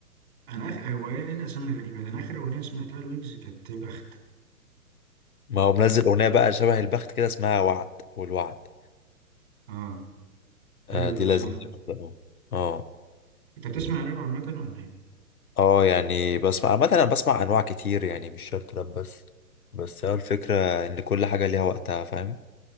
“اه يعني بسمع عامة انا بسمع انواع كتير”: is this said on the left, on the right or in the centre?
Left